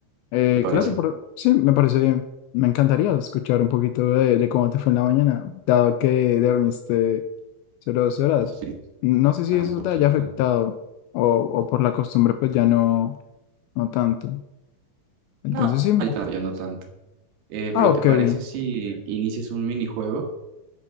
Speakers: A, on the left (about 85°); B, on the right (about 65°).
A: Eh,
B: ¿Te parece?
A: claro, por- sí, me parece bien. Me encantaría escuchar un poquito de, de cómo te fue en la mañana, dado que dormiste solo dos horas.
B: O Sí,
A: No sé si
B: tan
A: eso
B: poquito.
A: te haya afectado o, o por la costumbre, pues ya no, no tanto. Entonces
B: No,
A: sí.
B: ya tanto, ya no tanto. Eh,
A: Ah,
B: pero
A: ok,
B: ¿te parece
A: bien.
B: si inicias un minijuego?